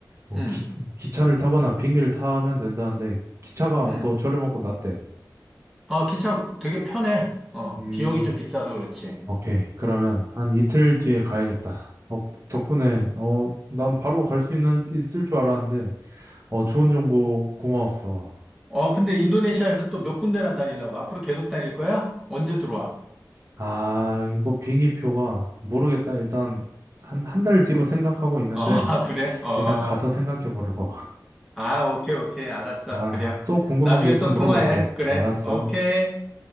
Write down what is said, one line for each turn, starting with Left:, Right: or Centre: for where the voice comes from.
Right: 어,
Centre: 음,
Right: 기, 기차를 타거나 비행기를 타면 된다는데 기차가
Centre: 음.
Right: 더 저렴하고 낫대.
Centre: 아, 기차 그 되게 편해. 어,
Right: 음,
Centre: 비용이 좀 비싸서 그렇지.
Right: 오케이. 그러면 한 이틀 뒤에 가야겠다. 어, 덕분에 어 난 바로 갈 수 있는 있을 줄 알았는데 어 좋은 정보 고마웠어.
Centre: 어, 근데 인도네시아에서 또 몇 군데나 다니려고? 앞으로 계속 다닐 거야? 언제 들어와?
Right: 아, 이거 비행기표가 모르겠다. 일단 한, 한 달 뒤로 생각하고 있는데
Centre: 어, <laughs> 아, 그래? 어.
Right: 일단 가서 생각해 보려고.
Centre: 아, 오케이, 오케이. 알았어.
Right: 아,
Centre: 그래.
Right: 또 궁금한
Centre: 나중에
Right: 게 있으면
Centre: 또
Right: 물어볼게.
Centre: 통화해. 그래.
Right: 알았어.
Centre: 오케이.